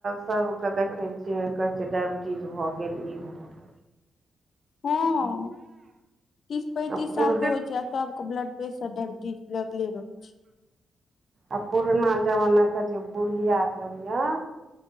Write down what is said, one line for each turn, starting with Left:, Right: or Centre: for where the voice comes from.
Right: सबके देखैत छियै कहै छै डायबि टीज भऽ गेल ई भऽ गेल।
Left: हँ तीस पैंतीस
Right: आ
Left: साल
Right: पुर
Left: के होइ छै आ सब। ब्लड प्रेसर डायबिटीज लगले रहै छै।
Right: आ पुरना जमाना के जे बुढ़िया सब यए।